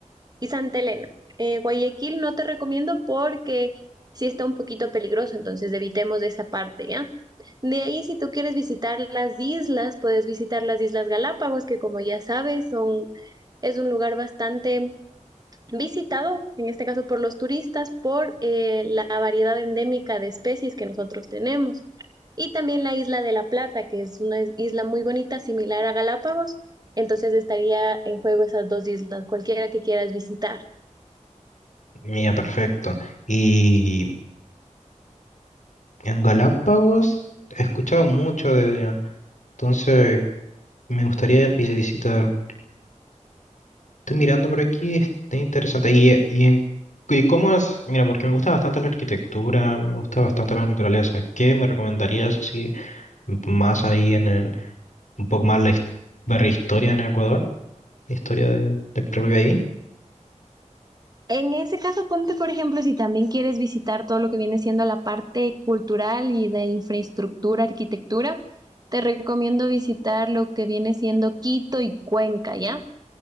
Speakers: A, on the right; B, on the left.
A: Y Santa Elena. Eh, Guayaquil no te recomiendo porque sí está un poquito peligroso, entonces evitemos esa parte, ¿ya? De ahí, si tú quieres visitar las islas, puedes visitar las Islas Galápagos, que como ya sabes, son, es un lugar bastante visitado, en este caso por los turistas, por eh, la variedad endémica de especies que nosotros tenemos. Y también la isla de La Plata, que es una is- isla muy bonita, similar a Galápagos. Entonces estaría en juego esas dos islas, cualquiera que quieras visitar.
B: Mira, perfecto. Y en Galápagos he escuchado mucho de, Entonces, me gustaría vis- visitar. Estoy mirando por aquí, está interesante. Y, y, en, y cómo es, mira, porque me gusta bastante la arquitectura, me gusta bastante la naturaleza. ¿Qué me recomendarías así más ahí en el, un poco más la his- ver historia en Ecuador? La historia de- del propio país.
A: En ese caso, ponte, por ejemplo, si también quieres visitar todo lo que viene siendo la parte cultural y de infraestructura, arquitectura, te recomiendo visitar lo que viene siendo Quito y Cuenca, ¿ya?